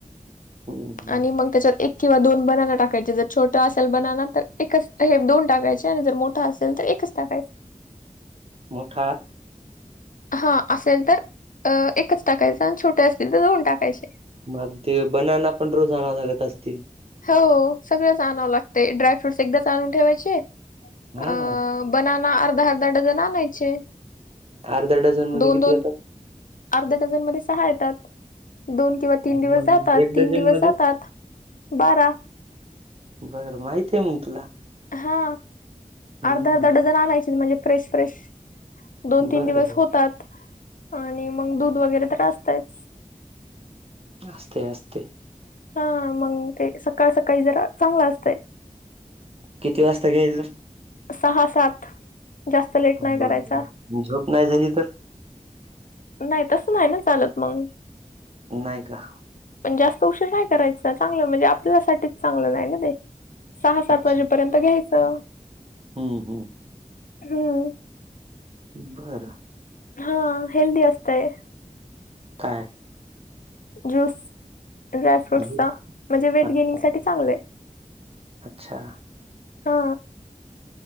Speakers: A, on the right; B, on the left.
A: हम्म हम्म.
B: आणि मग त्याच्यात एक किंवा दोन बनाना टाकायचे. जर छोटं असेल, बनाना तर एकच हे दोन टाकायचे आणि जर मोठ ठा असेल तर एकच टाकायच.
A: मोठा
B: हा असेल तर अ एकच टाकायचा. आणि छोटे असतील तर दोन टाकायचे.
A: मग ते बनाना पण रोज आणावं लागत असतील.
B: हो सगळंच आणावं लागतय. ड्रायफ्रूटस एकदाच आणून ठेवायचे.
A: हा
B: अ बनना अर्धा अर्धा डझन आणायचे.
A: अर्धा डझन मध्ये
B: दोन
A: किती
B: दोन
A: येतात,?
B: अर्ध्या डझन मध्ये सहा येतात. दोन किंवा तीन
A: आणि
B: दिवस
A: मग
B: जातात,
A: एक
B: तीन
A: डझन
B: दिवस
A: मध्ये
B: जातात. बारा.
A: बरं माहिती हाय मंग तुला?
B: हा.
A: हम्म
B: अर्धा अर्धा डझन आणायचे, म्हणजे फ्रेश फ्रेश दोन, तीन
A: बर
B: दिवस
A: बर
B: होतात. आणि मंग दूध वगैरे तर असतयच.
A: असतंय असतंय.
B: हा मग ते, सकाळ सकाळी जरा चांगलं असतंय.
A: किती वाजता घ्यायचं?
B: सहा सात, जास्त लेट
A: बरं
B: नाही करायचा.
A: झोप नाही झाली तर
B: नाही, तसं नाही ना चालत मंग.
A: नाही का?
B: पण जास्त उशीर नाही करायचा. चांगलं म्हणजे आपल्यासाठीच चांगलं नाही ना ते. सहा सात
A: अच्छा
B: वाजेपर्यंत घ्यायचं.
A: हम्म हम्म.
B: हम्म.
A: बरं.
B: हा हेल्दी असतंय.
A: काय?
B: ज्यूस ड्राय फ्रूट्सचा
A: झोप
B: म्हणजे वेट
A: अच्छा
B: गेनिंगसाठी चांगलं हाय.
A: अच्छा.
B: हा